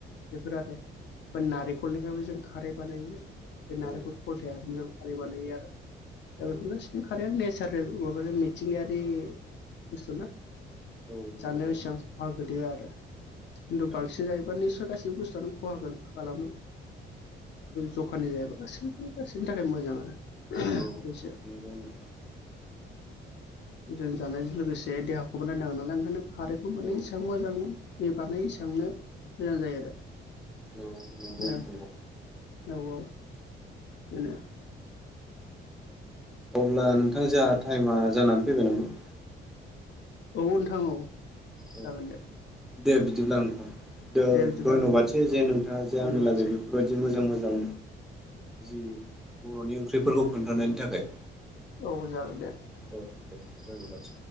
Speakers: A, on the left (about 65°); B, in the centre.
A: बेफोर आरो नारेंखलनिफ्रायबो जों खारै बानायो बे नारेंखल
B: औ
A: फलथाया खारै बानायो आरो दा
B: औ
A: बेफोर गासै बि खारैया नेचारेल माबा मिथिंगायारि बुस्थु ना
B: औ
A: जानायाव
B: नंगौ
A: एसेगां
B: नोंथां
A: खहा गोलैया आरो खिन्थु बांसिन
B: औ
A: जायोबा निस्सय गासैबो बुस्थुआनो खहा खालामो जखानि जायोबा गासैबो गासैनि थाखाय मोजां आरो
B: औ
A: बेसो
B: नंगौ नोंथां
A: मोजां जानायजों लोगोसे देहाखौबो नायनाांगोन नालाय ओंखायनो खारैखौबो
B: औ
A: एसेबां मोजां दै बानायानाय एसेबांनो मोजां जायो आरो
B: नंगौ
A: नों
B: नंगौ
A: औ औ बेनो
B: अब्ला नोंथां जोंहा टाइमा जानानै फैबाय नामा
A: औ नोंथां औ
B: औ
A: जागोन दे
B: दे बिदिब्ला नोंथां दो
A: दे बिदिब्ला
B: दैन्यबादसै
A: नोंथां दे
B: जे नोंथाङा जे आंनो
A: धन्यबादसै
B: लागै बेफोरबायदि मोजां मो जां जि बर'नि ओंख्रिफोरखौ खोन्थानायनि थाखाय
A: औ जागोन दे
B: औ दे धन्यबादसै